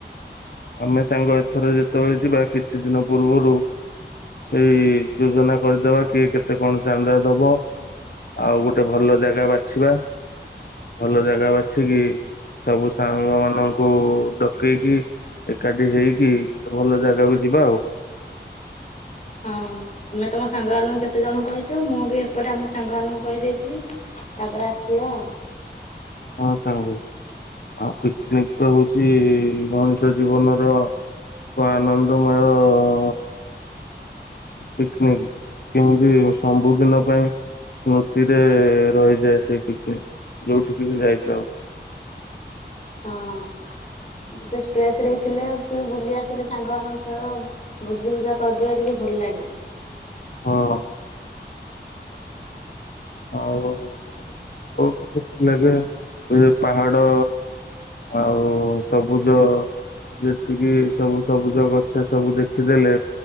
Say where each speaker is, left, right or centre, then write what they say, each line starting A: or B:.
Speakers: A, on the left; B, on the left.
A: ଆମେ ସାଙ୍ଗ ଏଥର ଯେତେବେଳେ ଯିବା କିଛି ଦିନ ପୂର୍ବରୁ। ସେଇ ଯୋଜନା କରିଦବା କିଏ କେତେ କଣ ଚାନ୍ଦା ଦବ। ଆଉ ଗୋଟେ ଭଲ ଜାଗା ବାଛିବା ଭଲ ଜାଗା ବାଛିକି। ସବୁ ସାଙ୍ଗ ମାନଙ୍କୁ ଡକେଇକି। ଏକାଠି ହେଇକି ଭଲ ଜାଗାକୁ ଯିବା ଆଉ।
B: ହଁ। ତମେ ତମ ସାଙ୍ଗମାନାନଙ୍କୁ କେତେ ଜଣଙ୍କୁ କହିଥିବ ମୁଁ ବି ଏପଟେ ଆମ ସାଙ୍ଗମାନାନଙ୍କୁ କହିଦେଇଥିବି। ତାପରେ ଆସିବା ଆଉ।
A: ହଁ ସାଙ୍ଗ ଆଉ ପିକନିକ ତ ହଉଛି ମଣିଷ ଜୀବନର। ତ ଆନନ୍ଦମୟ। ପିକନିକ କେମିତି ସବୁ ଦିନ ପାଇଁ। ସ୍ମୃତିରେ ରହିଯାଏ ସେଇ ପିକନିକ ଯୋଉଠିିକି ବି ଯାଇଥାଉ।
B: ହଁ।
A: ହ।
B: ଯେତେ ଷ୍ଟ୍ରେସ ରେ ବି ଥିଲେ ଟିକେ ବୁଲି ଆସିଲେ ସାଙ୍ଗମାନାନଙ୍କ ସହ। ବୁଝି ବୁଝା କରିଦେଲେ ଟିକେ ଭଲ ଲାଗେ।
A: ହଁ। ଆଉ ବହୁତ ଖୁସି ଲାଗେ ପାହାଡ। ଆଉ ସବୁଜ। ଯେତିକି ସବୁ ସବୁଜ ଗଛ ସବୁ ଦେଖିଦେଲେ।